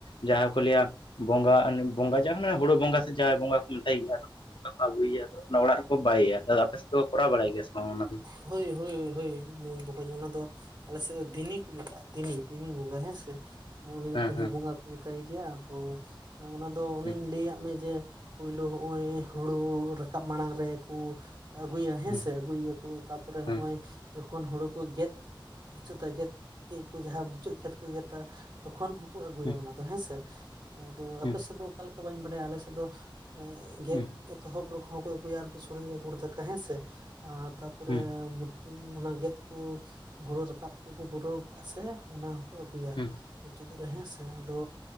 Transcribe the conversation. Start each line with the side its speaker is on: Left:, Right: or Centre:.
Left: ᱡᱟᱦᱟᱸᱭ ᱠᱚ ᱞᱟᱹᱭᱟ ᱵᱚᱸᱜᱟ ᱵᱚᱸᱜᱟ ᱡᱟ ᱦᱳᱲᱳ ᱵᱚᱸᱜᱟ ᱥᱮ ᱡᱟᱦᱟᱸᱭ ᱵᱚᱸᱜᱟ ᱠᱚ ᱡᱟᱦᱟᱱ ᱦᱩᱲᱩ ᱵᱚᱸᱜᱟ ᱥᱮ ᱡᱟᱦᱮᱨ ᱵᱚᱸᱜᱟ ᱦᱚᱸᱠᱩ ᱢᱮᱛᱟᱭ ᱜᱮᱭᱟ᱾ ᱟᱫᱚ ᱟᱹᱜᱩᱭᱮᱭᱟ ᱛᱚ ᱚᱱᱟ. ᱚᱲᱟᱜ ᱨᱮᱠᱚ ᱵᱟᱭᱮᱭᱟ᱾ ᱫᱟᱫᱟ ᱟᱯᱮ ᱥᱮᱫ ᱫᱚ ᱠᱚᱨᱟᱣ ᱵᱟᱲᱟᱭ ᱜᱮᱭᱟ ᱥᱮ ᱵᱟᱝ ᱚᱱᱟ ᱫᱚ?
Right: ᱦᱳᱭ ᱦᱳᱭ ᱦᱳᱭ, ᱵᱟᱠᱚᱧ ᱚᱱᱟ ᱫᱚ ᱟᱞᱮ ᱥᱮᱫ ᱫᱚ ᱫᱤᱱᱤ ᱠᱚ ᱢᱮᱛᱟᱜᱼᱟ, ᱫᱤᱱᱤ -ᱫᱤᱱᱤ ᱵᱚᱸᱜᱟ ᱦᱮᱸᱥᱮ, ᱩᱱᱤ ᱫᱚ
Left: ᱦᱮᱸ
Right: ᱫᱤᱱᱤ
Left: ᱦᱮᱸ
Right: ᱵᱚᱸᱜᱟ ᱠᱚ ᱢᱮᱛᱟᱭ ᱜᱮᱭᱟ᱾ ᱟᱫᱚ ᱚᱱᱟ ᱫᱚ ᱚᱱᱮᱧ
Left: ᱦᱩᱸ
Right: ᱞᱟᱹᱫ ᱢᱮ ᱡᱮ ᱯᱟᱹᱭᱞᱟᱹ ᱱᱚᱜᱼᱚᱭ ᱦᱩᱲᱩ ᱨᱟᱠᱟᱵ ᱢᱟᱲᱟᱝ ᱨᱮ ᱠᱚ ᱟᱹᱜᱩᱭᱟ ᱦᱮᱸᱥᱮ,
Left: ᱦᱩᱸ
Right: ᱟᱹᱜᱩᱭᱮᱭᱟ ᱠᱚ ᱛᱟᱨᱯᱚᱨᱮ
Left: ᱦᱩᱸ
Right: ᱱᱚᱜᱼᱚᱭ ᱡᱚᱠᱷᱚᱱ ᱦᱩᱲᱩ ᱠᱚ ᱜᱮᱫᱽ ᱢᱩᱪᱟᱹᱫ ᱜᱮᱫ, ᱠᱮᱫ ᱠᱚ ᱡᱟᱦᱟᱸᱭ ᱢᱩᱪᱟᱹᱫ ᱠᱷᱮᱛ ᱠᱚ ᱜᱮᱫᱟ᱾ ᱛᱚᱠᱷᱚᱱ ᱟᱹᱜᱩᱭᱟ᱿
Left: ᱦᱩᱸ
Right: ᱚᱱᱟ ᱫᱚ ᱦᱮᱸᱥᱮ, ᱟᱫᱚ
Left: ᱦᱩᱸ
Right: ᱟᱯᱮ ᱥᱮᱫ ᱫᱚ ᱚᱠᱟ ᱞᱮᱠᱟ ᱵᱟᱹᱧ ᱵᱟᱲᱟᱭᱟ? ᱟᱞᱮᱥᱮᱫ ᱫᱚ ᱜᱮᱫ
Left: ᱦᱩᱸ
Right: ᱮᱛᱚᱦᱚᱵ ᱨᱮᱦᱚᱸ ᱠᱚ ᱟᱹᱜᱩᱭᱟ, ᱟᱨ ᱠᱚ ᱥᱚᱲᱮᱭᱟ ᱜᱩᱲ ᱫᱟᱠᱟ ᱦᱮᱸᱥᱮ ᱟᱨ ᱛᱟᱨᱯᱚᱨᱮ
Left: ᱦᱩᱸ ᱦᱩᱸ
Right: ᱚᱱᱟ ᱜᱮᱫ ᱠᱚ ᱦᱳᱲᱩ ᱨᱟᱠᱟᱵᱽ ᱠᱚᱠᱚ ᱯᱩᱨᱟᱹᱣ ᱠᱟᱜᱼᱟ ᱥᱮ ᱚᱱᱟ ᱦᱚᱸᱠᱚ ᱟᱹᱜᱩᱭᱟ
Left: ᱦᱩᱸ
Right: ᱾ ᱢᱩᱪᱟᱹᱫ ᱨᱮ ᱦᱮᱸ ᱥᱮ, ᱟᱫᱚ